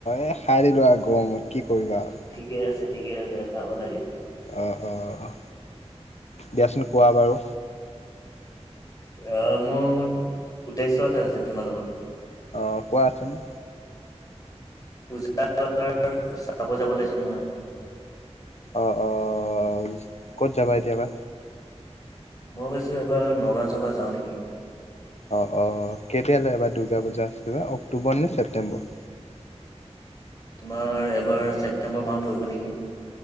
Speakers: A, on the left (about 70°); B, on the left (about 30°).
A: এ খাই দিলো আৰু গৰমত কি কৰিবা আৰু
B: ঠিকে আছে ঠিকে আছে খাব লাগে
A: অঁ অঁঁ দিয়াচোন কোৱা বাৰু
B: আহ মোৰ উদ্দেশ্যয় এটা আছে তোমাৰ লগত
A: অ কোৱাচোন
B: পূজা চাব যাব লাগ যে নহয়
A: অঁ অঁ ক'ত যাবা এতিয়াবা
B: মই ভাবিছো এইবাৰ নগাঁও চগা যাওঁ নেকি
A: অ অ কেতিয়ালৈবাৰ দুৰ্গা পূা আ বাা অক্টোবৰ নে ছেপ্্তেম্বৰ
B: তোমাৰ এবাৰ ছেপ্তেম্বৰ মাহ পৰিব নেকি